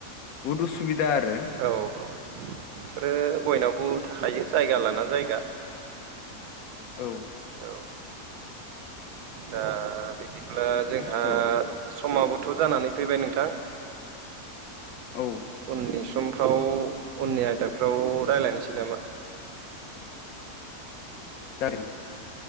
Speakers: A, on the left; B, on the right.
A: बहुद उसुबिदा आरो।
B: औ-औ बेफोरो बयनावबो थाखायो जायगा लाना जायगा।
A: औ।
B: औ दा बिदिब्ला
A: बुहुद
B: जोंहा
A: खस्थ' औ
B: समाबोथ' जानानै फैबाय नोंथां?
A: औ।
B: उननि समफ्राव उननि आयदाफ्राव रायज्लायनोसै नामा?
A: <unintelligible> <inaudible>